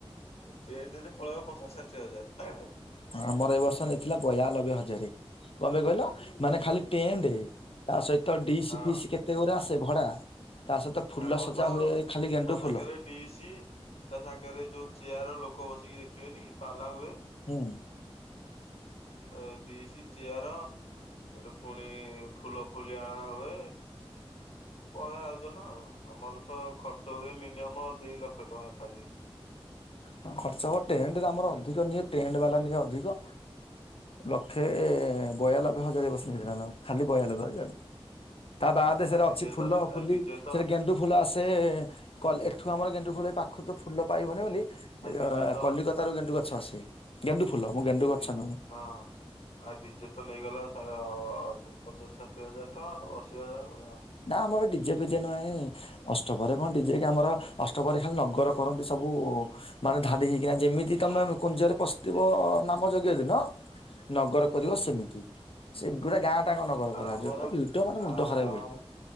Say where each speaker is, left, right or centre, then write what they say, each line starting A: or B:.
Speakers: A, on the left; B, on the left.
A: ଟେଣ୍ଟ୍ ରେ ପଳେଇବ ପଚାଶ ଷାଠିଏ ହଜାରେ।
B: ଆମର ଏ ବର୍ଷ ନେଇଥିଲା ବୟାନବେ ହଜାରେ କଣ ପାଇଁ କହିଲ ମାନେ ଖାଲି ଟେଣ୍ଟ୍
A: ହୁଁ
B: ତା ସହିତ ଡିସ୍
A: ହଁ
B: ଫିସ୍ କେତେ ଗୁରେ ଆସେ ଭଡା। ତା ସହିତ ଫୁଲ
A: ଆମର
B: ସଜା
A: ତ ଆଉ
B: ହୁଏ ଖାଲି ଗେଣ୍ଡୁ
A: ତା ସାଙ୍ଗରେ
B: ଫୁଲ।
A: ଡିସି ତା ସାଙ୍ଗରେ ଯଉ ଚେୟାର ଲୋ ଲୋକ ବସିକି ଦେଖିବେନି କି ପାଲା ହୁଏ।
B: ହୁଁ।
A: ଏ ଡିସି ଚେୟାର ଏଠୁ ପୁଣି ଫୁଲ ଫୁଲି ଅଣା ହୁଏ। ପହିବା ଆୟୋଜନ ଆଉ ଆମର ତ ଖର୍ଚ୍ଚ ହୁଏ ମିନିମମ ଦି ଲକ୍ଷ ଟଙ୍କା ଖାଲି
B: ହଁ ଖର୍ଚ୍ଚ ହବ ଟେଣ୍ଟରେ ଆମର ଅଧିକ ନିଏ ଟେଣ୍ଟ ବାଲା ନିଏ ଅଧିକ ଲକ୍ଷେ ବୟାନବେ ହଜାର ଏ ବର୍ଷ ହେଇଥିଲା ନା ଖାଲି ବୟାନବେ ହଜାର ତା ବାଦ
A: ଆ
B: ସେରା
A: ଡିଜେ
B: ଅଛି ଫୁଲ
A: ତ ଆ
B: ଫୁଲି
A: ଡିଜେ ତ
B: ସେ ଗେଣ୍ଡୁ ଫୁଲ ଆସେ ଏଠୁ ଆମର ଗେଣ୍ଡୁ ଫୁଲ ଏ ପାଖରୁ ତ ଫୁଲ ପାଇବନି ବୋଲି
A: ଆ ଡିଜେ ତ
B: କଲିକତା ତାର ଗେଣ୍ଡୁ ଗଛ ଆସେ ଗେଣ୍ଡୁ ଫଲ ମୁଁ ଗେଣ୍ଡୁ ଗଛ
A: ଡି
B: ନୁହେଁ
A: ହଁ। ଆ ଡିଜେ ତ ନେଇଗଲା ସାର ପଚାଶଷା ଠିଏ ହଜାର ଟଙ୍କା ଅଶି ହଜାର ବଢିଆ
B: ନା ଆମର ଡିଜେ ଫିଜେ ନୁହେଁ ଅଷ୍ଟପହରୀରେ କଣ ଡିଜେ କି ଆମର ଅଷ୍ଟପହରୀରେ ଖାଲି ନଗର କରନ୍ତି ସବୁ ମାନେ
A: ହୁଁ
B: ଧାଡ଼ି ହେଇକିନା ଯେମିତି
A: ହୁଁ।
B: ତମେ
A: ଆଉ
B: କୁଞ୍ଜରେ ପଶିଥିବ ନାମ ଯଜ୍ଞ ଦିନ ନଗର କରିବ ସେମିତି ସେ ଗୁରା ପୁରା ଗାଁ ଟାଙ୍କ ନଗର କରାଯିବ
A: ଆମର
B: ପୁରା ମାନେ
A: ଆ
B: ମୁଣ୍ଡ
A: ଆଉ
B: ଖରାପ ଭିଡ ହୁଁ